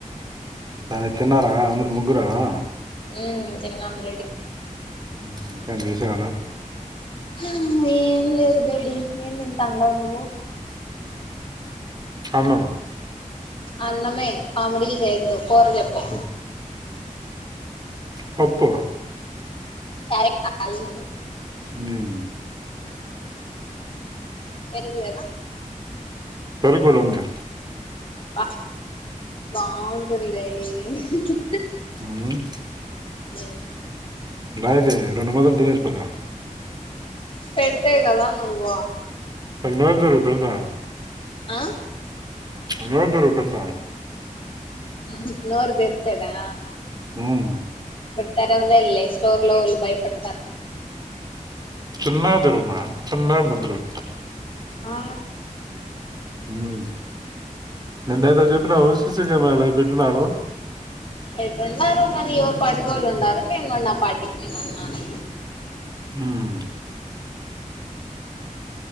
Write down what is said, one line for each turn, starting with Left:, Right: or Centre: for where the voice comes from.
Right: తరే తిన్నారా అందరు ముగ్గురా ఆ
Left: ఉమ్ తిన్నాం రెడి
Right: ఉమ్ కెన్ ఏశేయాలా
Left: హా ఏమ్ లేదు డాడీ ఏన్ దింటండవ్ నువ్వు
Right: ఔనా
Left: అన్నమే కామిడిలు జెయొద్దు కూరజెప్పు
Right: హ్మ్. పప్పు
Left: క్యారే ఆ ఆ అల్వీటి
Right: ఉమ్
Left: పెరుగులేదా
Right: పెరుగులుంద్య
Left: బా బాఉంటుంది డాడీ హ్
Right: ఉమ్
Left: ఆ
Right: బాయ్ దే రొండు ముద్దలు తినేస్ పొదువ్
Left: పెడితే గదా నువ్వ
Right: నోర్ దెరువు పెడతా
Left: ఆ
Right: ప్చ్ నోర్ దెరువు పెడతా
Left: హ్ నోర్ దేరిసేదా
Right: ఉమ్
Left: తెరవాలేన్ లే స్టోర్ లోళ్ళు భయపడతార్
Right: చిన్నా దేరుమా చీన్నా ముద్దల్ పెడుతా
Left: ఆ
Right: ఉమ్ నిన్న ఏదో జేప్పినావ్ సీసీకెమలో ఐబెట్టునారు
Left: పెట్టునారు గానీ ఎవృ పాటికో వోళ్ళు ఉన్నారు నేన్ గుడా నా పాటీకి నేన్ ఉన్నాను
Right: ఉమ్